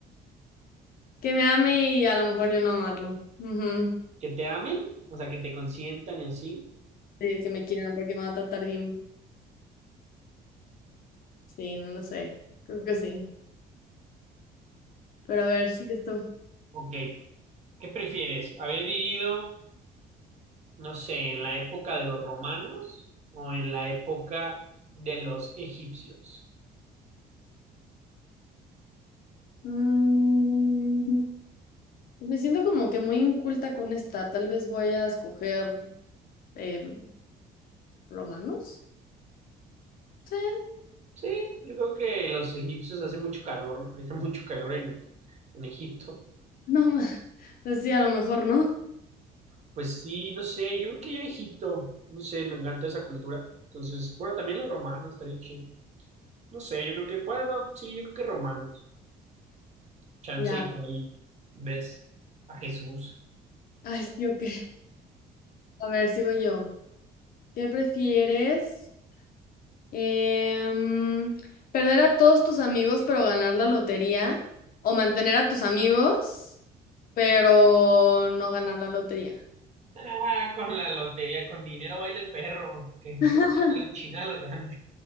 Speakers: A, on the left (about 60°); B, on the right (about 40°).
A: que me ame y a lo mejor yo no amarlo. Ujú.
B: ¿Que te amen? O sea, que te consientan y así.
A: Sí, que me quieran porque me va a tratar bien. Sí, no lo sé. Creo que sí. Pero a ver, sigues tú.
B: Ok, ¿qué prefieres? ¿Haber vivido? no sé, en la época de los romanos o en la época de los egipcios.
A: Mm, pues, me siento como que muy inculta con esta. Tal vez voy a escoger em, romanos. Sí,
B: Sí, yo creo que los egipcios hace mucho calor, ¿no? <laughs> Hace mucho calor en, en Egipto.
A: <laughs> no más. Sí, a lo mejor no.
B: Pues sí, no sé, yo creo que yo Egipto, no sé, me encanta esa cultura. Entonces, bueno, también los romanos, estaría chido. No sé, yo creo que, bueno, no, sí, yo creo que romanos. Chance
A: Ya.
B: y por ahí ves a Jesús.
A: Ay, sí, ok. A ver, sigo yo. ¿Qué prefieres? Em, ¿perder a todos tus amigos pero ganar la lotería? ¿O mantener a tus amigos pero no ganar la lotería?
B: Ah, con la lotería, con dinero baila el perro, que
A: <laughs>
B: se cuelga la chingada los ganas.